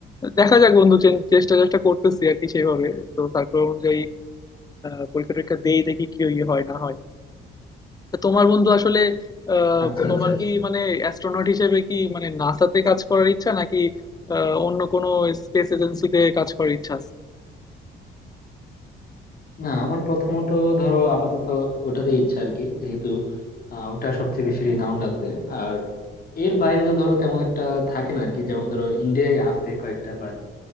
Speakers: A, on the left (about 20°); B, on the left (about 50°).
A: দেখা যাক বন্ধু চে- চেষ্টা চেষ্টা করতেছি আর কি সেইভাবে তো সার্কুলার অনুযায়ী আহ, পরীক্ষা টরীক্ষা দেই দেখি কি ইয়ে হয় না হয় তা তোমার বন্ধু আসলে আহ
B: আচ্ছা
A: তোমার
B: আচ্ছা
A: কি মানে অ্যাস্ট্রোনট হিসেবে কি মানে নাসাতে কাজ করার ইচ্ছা নাকি আহ, অন্য কোনো স্পেস এজেন্সিতে কাজ করার ইচ্ছা আছে
B: না আমার প্রথমত ধরো আপাতত ওটাতে ইচ্ছা আর কি যেহেতু আহ, ওটা সবচেয়ে বেশি রিনাউন্ড আছে আর এর বাইরে তো ধরো তেমন একটা থাকে না আর কি যেমন ধরো ইন্ডিয়ায় আছে কয়েকটা বাট